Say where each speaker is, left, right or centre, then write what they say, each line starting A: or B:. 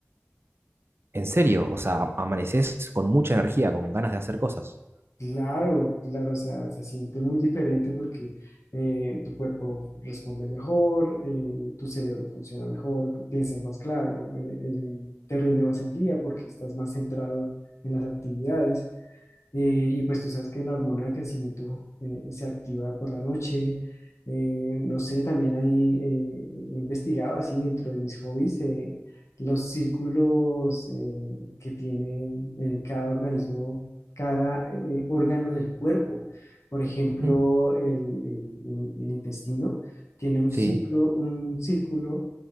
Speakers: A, on the right; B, on the left.
A: En serio, o sea, amaneces con mucha energía, con ganas de hacer cosas.
B: Claro, claro, o sea, se siente muy diferente porque eh, tu cuerpo responde mejor, eh, tu cerebro funciona mejor, piensas más claro, eh, eh, te rinde más el día porque estás más centrado en las actividades. Eh, y pues tú sabes que la hormona de crecimiento eh, se activa por la noche. Eh, no sé, también ahí eh, he investigado así dentro de mis hobbies eh, los círculos eh, que tienen eh, cada organismo, cada eh, órgano del cuerpo. Por ejemplo,
A: Ujú.
B: el, el- el- el intestino tiene un
A: Sí,
B: ciclo, un círculo